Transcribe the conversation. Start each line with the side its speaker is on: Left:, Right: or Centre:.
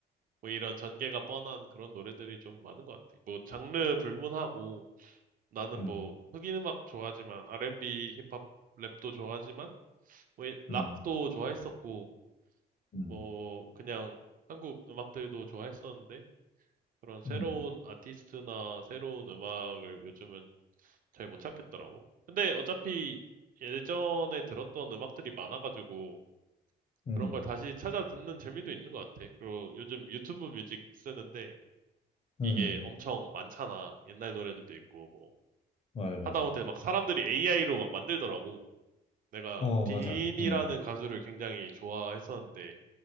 Right: 뭐 이런 전개가 뻔한 그런 노래들이 좀 많은 것 같아. 뭐 장르 불문하고 나는
Left: 음,
Right: 뭐 흑인 음악 좋아하지만 R&B, 힙합, 랩도 좋아하지만 뭐 이- 락도
Left: 음,
Right: 좋아했었고
Left: 음,
Right: 뭐 그냥 한국 음악들도 좋아했었는데 그런 새로운
Left: 음,
Right: 아티스트나 새로운 음악을 요즘은 잘 못 찾겠더라고. 근데 어차피 예전에 들었던 음악들이 많아가지고
Left: 음,
Right: 그런 걸 다시 찾아 듣는 재미도 있는 것 같아. 그리고 요즘 유튜브 뮤직 쓰는데
Left: 음.
Right: 이게 엄청 많잖아. 옛날 노래들도 있고 뭐
Left: 맞아, 맞아.
Right: 하다못해 막 사람들이 AI로 막 만들더라고. 내가
Left: 어,
Right: 딘이라는
Left: 맞아. 음,
Right: 가수를 굉장히 좋아했었는데